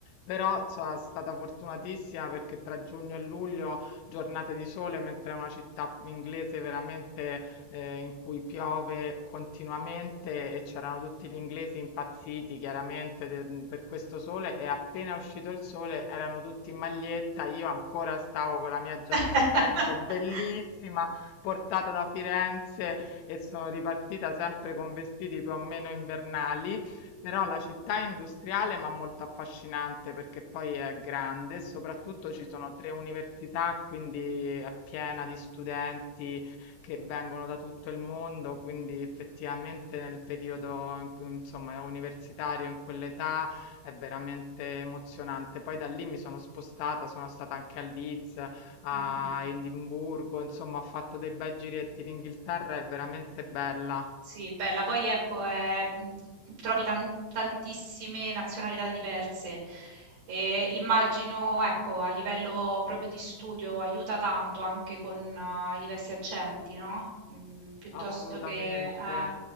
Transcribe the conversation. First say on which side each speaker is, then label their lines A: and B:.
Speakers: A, on the left; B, on the right.
A: Però sono stata fortunatissima perché tra giugno e luglio giornate di sole, mentre è una città inglese veramente eh, in cui piove continuamente e c'erano tutti gli inglesi impazziti chiaramente de- per questo sole e appena è uscito il sole erano tutti in maglietta, io ancora stavo con la mia giacca
B: <laughs>
A: a vento bellissima
B: <laughs>
A: portata da Firenze e sono ripartita sempre con vestiti più o meno invernali. Però la città è industriale ma molto affascinante perché poi è grande, soprattutto ci sono tre università, quindi è piena di studenti che vengono da tutto il mondo, quindi effettivamente nel periodo in cui insomma universitario, in quell'età, è veramente emozionante. Poi da lì mi sono spostata, sono stata anche a Leeds, a
B: Mh-mh.
A: Edimburgo, insomma ho fatto dei bei giretti. L'Inghilterra è veramente bella,
B: Sì, bella. Poi ecco, ehm, mhmm, trovi tan tantissime nazionalità diverse e immagino, ecco, a livello proprio di studio aiuta tanto anche con eh, i diversi accenti, no, mhmm, piuttosto
A: assolutamente,
B: che eh,